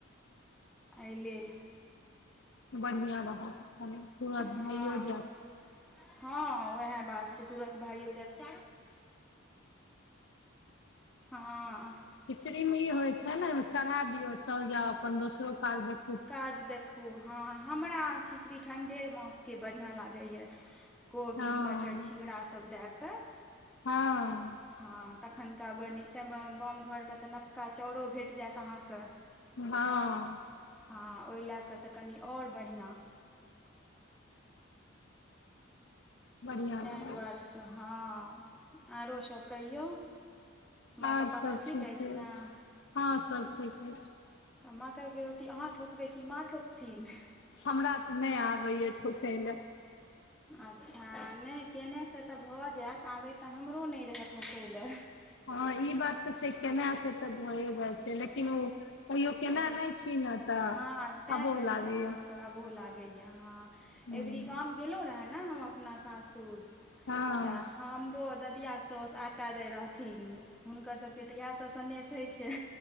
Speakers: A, in the centre; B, on the left.
A: एहि लेलेल।
B: बढ़िया रहत तुरंत
A: हँ
B: भइयो जायत।
A: हँ उएह बात छै तुरन्त भाइो जाइत। हँ।
B: खिचड़ी मे ई होइ छै ने चढ़ा दियौ चल जाउ अपन दोसरो काज देख।
A: काज देखू हँ हमरा खिचड़ी ठण्ढे मासके बढ़िआँ लागैए। कोबी
B: हँ
A: मटर छिमरासभ दए कऽ।
B: हँ।
A: हँ तखननका बड् नीक टामे गाम घरमे तऽ नवका चाउरो भेट जायत अहाँके।
B: हँ।
A: हँ ओहि लए कऽ तऽ कनि आओर बढ़िआँ।
B: बढ़िआँ
A: तैँहि
B: लागै
A: दुआरेसँ
B: छै
A: हँ आरो सभ कहियौ। माँ
B: आर
A: पप्पा
B: सब
A: सभ ठीक
B: ठीके
A: ने
B: अछि हँ सब ठीक अछ।
A: तऽ मकइके रोटी अहाँ ठोकबै कि माँ ठोकथिन।
B: हमरा तऽ नहि आबैए ठोकय लऽ।
A: अच्छा नहि केने से। तऽ भऽ जायत आबय तऽ हमरो नहि रहत ठोकै लेल।
B: हँ ई बात तऽ छै केना से तऽ भएए जाइ छै लेकिन ओ। कहियो केना
A: ए
B: नहि छी ने तऽ
A: हँ तैँ
B: अबोह
A: कनि
B: लागैया
A: अहाँकेँ अबूह लागैए हँ।
B: हँ
A: अबेरी गाम गेलहुँ रहऽ ने हम अपना सासुर
B: हँ
A: तऽ हमरो ददिया। सउस आटा दै रहथिन हुनकर सबके तऽ इएह सब सनेेश होइ छै।